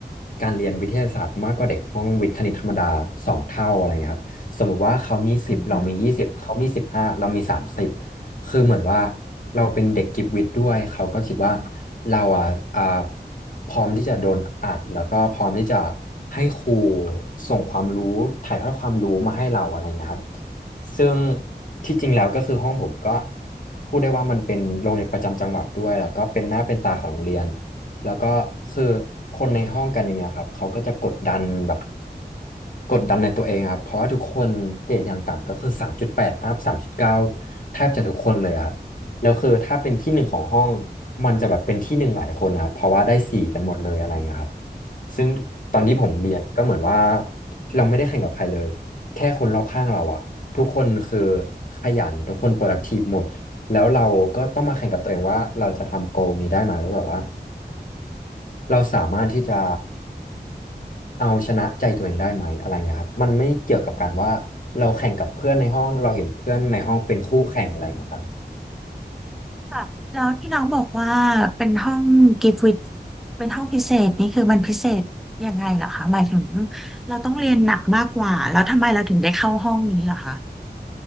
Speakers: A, on the left; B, in the centre.
A: การเรียนวิทยาศาสตร์มากกว่าเด็กห้องวิทย์คณิตธรรมดาสองเท่าอะไรเงี้ยครับสมมุติว่าเขามีสิบเรามียี่สิบเขามีสิบห้าเรามีสามสิบ
B: อืม
A: คือเหมือนว่าเราเป็นเด็กกิฟต์วิทย์ด้วยเขาก็คิดว่าเราอะอ่าพร้อมที่จะโดนอัดแล้วก็พร้อมที่จะให้ครูส่งความรู้ถ่ายทอดความรู้มาให้เราอะไรเงี้ยครับ ซึ่งที่จริงแล้วก็คือห้องผมก็พูดได้ว่ามันเป็นโรงเรียนประจำจังหวัดด้วยแล้วก็เป็นหน้าเป็นตาของโรงเรียนแล้วก็คือคนในห้องกันอย่างเงี้ยครับเขาก็จะกดดันแบบกดดันในตัวเองอะครับเพราะว่าทุกคนเกรดอย่างต่ำก็คือสามจุดแปดอัพสามจุดเก้าแทบจะทุกคนเลยอะครับแล้วคือถ้าเป็นที่หนึ่งของห้องมันจะแบบเป็นที่หนึ่งหลายคนนะครับเพราะว่าได้สี่กันหมดเลยอะไรเงี้ยครับซึ่งตอนที่ผมเรียนก็เหมือนว่าเราไม่ได้แข่งกับใครเลย แค่คนรอบข้างเราอะทุกคนคือขยันทุกคน productive หมดแล้วเราก็ต้องมาแข่งกับตัวเองว่าเราจะทำ goal นี้ได้ไหมว่าแบบว่าเราสามารถที่จะเอาชนะใจตัวเองได้ไหมอะไรเงี้ยครับมันไม่เกี่ยวกับการว่าเราแข่งกับเพื่อนในห้องเราเห็นเพื่อนในห้องเป็นคู่แข่งอะไรเงี้ยครับ
B: ค่ะแล้วที่น้องบอกว่าเป็นห้องกิฟต์วิดเป็นห้องพิเศษนี่คือมันพิเศษยังไงเหรอคะหมายถึงเราต้องเรียนหนักมากกว่าแล้วทำไมเราถึงได้เข้าห้องนี้ล่ะ